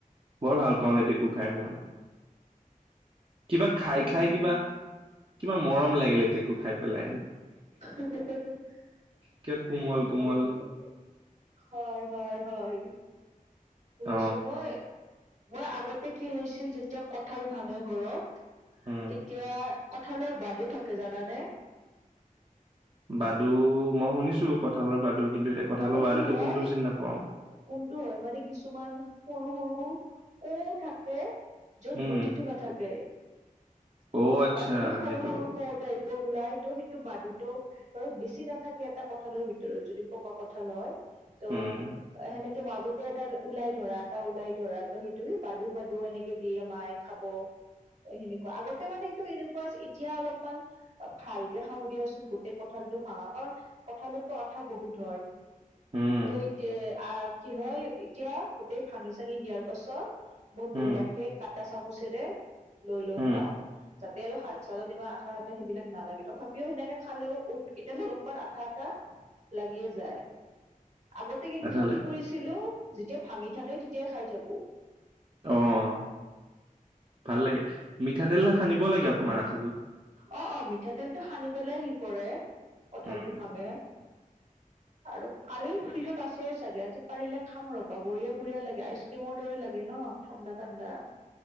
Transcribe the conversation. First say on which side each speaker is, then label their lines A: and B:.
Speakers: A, on the right (about 40°); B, on the right (about 55°).
A: বৰ ভাল পাওঁ লেটেকু খাই মই। কিবা খাই
B: উম
A: খাই কিবা কিবা মৰম লাগিল লেটেকু খাই পেলাই।
B: <unintelligible>
A: কিবা কোমল
B: মৰম
A: কোমল
B: লগে। হয় হয় হয়। বুজিছো
A: অ
B: মই মই আগতে কি হৈছিল যেতিয়া কঠাল ভাঙে ঘৰত
A: উম
B: তেতিয়া কঁঠালৰ বাদো থাকে জানানে?
A: বাদু মই শুনিছো কঁঠালৰ বাদু কিন্তু এতিয়া কঁঠালৰ
B: মানে
A: বাদুতটো
B: কি হয়
A: কোনটো চিনি নাপাও।
B: কোনটো হয় মানে কিছুমান সৰু সৰু ক' থাকে য'ত
A: উম
B: গুটিটো নাথাকে।
A: অ আচ্ছা
B: অনলি সৰু
A: সেইটো
B: সৰু ক'টাইপ। ত, ওলাইতো সেইটো বাদুটো বাৰু বেছি নাথাকে এটা কঠালৰ ভিতৰত যদি পকা কঠাল হয়। ত'
A: উম
B: সেনেকে। ত, মাজতে এডাল ওলাই ধৰা এটা ওলাই ধৰা ত, সেইটো পাদু বাদু এনেকে দিয়ে মাই খাব সেনেকুৱা আগতে মানে এনেকুৱা এতিয়া অলপমান ভালকে খাওঁ দিয়াচোন গোটেই কঁঠালটো ভাঙা কাৰণ কঁঠাল ত, আঠা বহুত হয়।
A: উম
B: ত, এতিয়া আহ কি হয় এতিয়া গোটেই ভাঙি চাঙি দিয়াৰ পাছত মই বঢ়িয়াকে
A: উম
B: কাটা চামুচেৰে লৈ লৈ
A: উম
B: খাও। তেৰ হাত চালত ইমান আঠা আঠা সেইবিলাক নালাগে তথাপিও সেনেকে খালেও উঠ, কিটা অলপমান আঠা আঠা লাগিয়ে যায়। আগতে কিন্তু
A: আঠালে
B: কি কৰিছিলো, যেতিয়া ভাঙি থাকে তেতিয়াই খাই থাকো।
A: অ', ভাল লাগে মিঠাতেল সানিব লাগে অকমান আথ
B: অ', অ', মিঠাতেলটো সানি পেলাই সি কৰে কঠালটো
A: উম
B: ভাঙে। <unintelligible> আৰু কালিৰ ফ্ৰিজত আছে চাগে। আজি পাৰিলে খাম ৰবা বঢ়িয়া বঢ়িয়া লাগে, আইচক্ৰিমৰ দৰে লাগে ন? অ', ঠাণ্ডা ঠাণ্ডা।